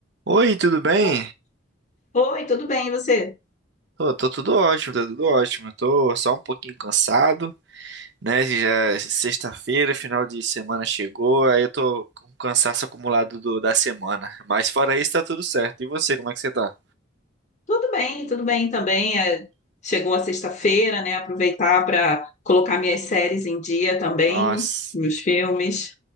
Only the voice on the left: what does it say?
O- Oi, tudo bem, e você?
Tudo bem, tudo bem também. é, chegou a sexta-feira, né? Aproveitar para colocar minhas séries em dia também,
meus filmes. O